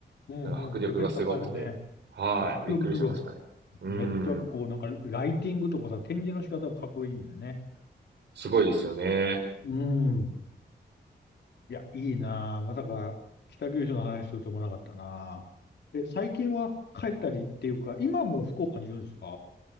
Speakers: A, on the left (about 75°); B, on the right (about 80°).
A: う。うんうん。
B: なんか迫力がすごくて。
A: レベル高いよね。
B: はい。
A: そう、迫力すごい。
B: びっくりしましたね。うん。
A: めっちゃこう、なんかライティングとかさ、展示の仕方もかっこいいんだよね。
B: すごいですよね。
A: うん。いや、いいなあまさか北九州の話すると思わなかったなあえ、最近は帰ったりっていうか、今も福岡にいるんですか